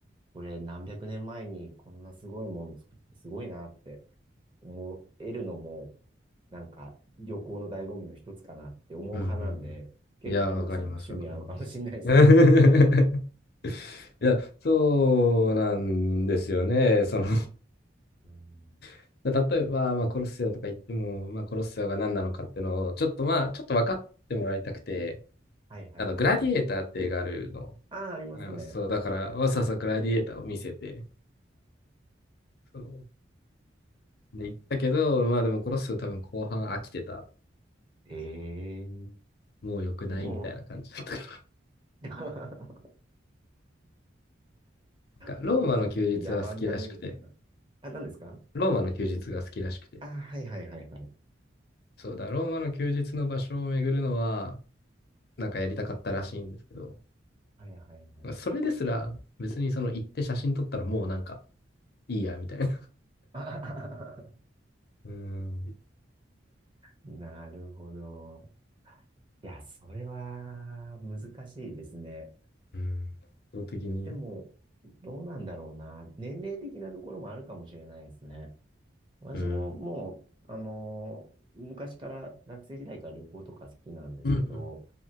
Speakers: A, on the right (about 25°); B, on the left (about 55°).
A: これ何百年前にこんなすごいもの作ってすごいなって思えるのも、なんか旅行の醍醐味の一つかなって思う派なんで、
B: うんうん
A: 結構元木さんと趣味合うかもしれないですね。
B: うん。いや、わかります、わかります。<laughs> いや、そうなんですよね。その
A: うん。
B: <laughs> 例えば、まあ、コロッセオとか言っても、まあ、コロッセオが何なのかっていうのを、ちょっとまあ、ちょっと分かってもらいたくて、
A: はいはいはいはい。
B: あの、グラディエーターって映画あるの、
A: ああ、ありますね。
B: あります。そう、だから、わざわざグラディエーターを見せて、そうで、言ったけど、まあでもこの人多分後半飽きてた。
A: ええ
B: もう良くないみたいな感じだったから。
A: でも、<laughs>
B: なんかローマの休日は好きらしくて、
A: 男の子って野蛮だね、みたいな。あ、何ですか
B: ローマの休日が好きらしくて、
A: ああ、はいはいはいはい。
B: そうだ、ローマの休日の場所を巡るのは、なんかやりたかったらしいんですけど、
A: はいはいはいはい。
B: まあそれですら別にその行って写真撮ったらもうなんかいいやみたいな。
A: <laughs> あはははは
B: うーん。
A: なるほど。いや、それは難しいですね。
B: うん。圧倒的に。
A: でも、どうなんだろうな。年齢的なところもあるかもしれないですね。私ももう、
B: うん。
A: あのー昔から学生時代から旅行とか好きなんですけど、
B: うんうん。